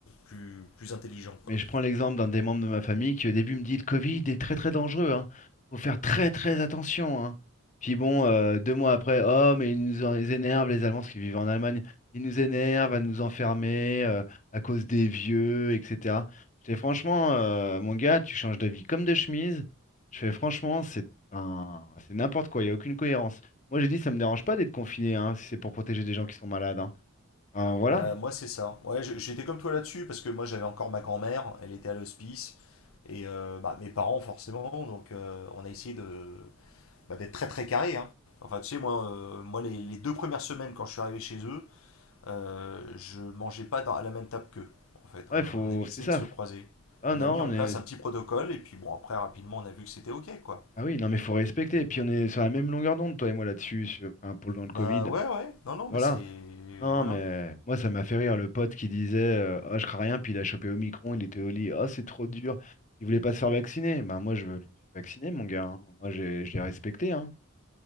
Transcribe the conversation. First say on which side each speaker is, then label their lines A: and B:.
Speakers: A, on the left; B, on the left.
A: plus, plus intelligent,
B: Mais
A: quoi.
B: je prends l'exemple d'un des membres de ma famille qui au début me dit le Covid est très très dangereux, hein. Faut faire très très attention, hein. Puis bon, euh, deux mois après, oh mais ils nous en- ils énervent les Allemands, parce qu'ils vivent en Allemagne, ils nous énervent à nous enfermer euh, à cause des vieux, etc. Je fais franchement, euh, mon gars, tu changes d'avis comme de chemise. Je fais franchement, c'est un- c'est n'importe quoi, il n'y a aucune cohérence. Moi j'ai dit ça me dérange pas d'être confiné, hein, si c'est pour protéger des gens qui sont malades, hein. Enfin, voilà.
A: Bah, moi, c'est ça. Ouais, j'- j'étais comme toi là-dessus, parce que moi, j'avais encore ma grand-mère, elle était à l'hospice, et euh, bah, mes parents, forcément, donc euh, on a essayé de, bah, d'être très très carré, hein. Enfin, tu sais, moi, euh, moi les, les deux premières semaines, quand je suis arrivé chez eux, euh, je mangeais pas dans- à la même table qu'eux. En fait,
B: Ouais,
A: on,
B: faut,
A: a évité
B: c'est ça.
A: de se croiser.
B: Ah
A: On
B: non,
A: a mis en
B: on est.
A: place un petit protocole et puis bon après rapidement on a vu que c'était ok quoi.
B: Ah oui, non, mais faut respecter. Et puis on est sur la même longueur d'onde, toi et moi, là-dessus, sur- enfin, pour le dans le
A: Bah
B: Covid.
A: ouais ouais, non non
B: Voilà.
A: mais c'est
B: Non,
A: voilà.
B: mais moi, ça m'a fait rire, le pote qui disait euh, Oh, je crains rien, puis il a chopé Omicron, il était au lit. Oh, c'est trop dur. Il voulait pas se faire vacciner. Ben, moi, je, je me suis vacciné, mon gars. hein. Moi, j'ai, je l'ai respecté. Hein.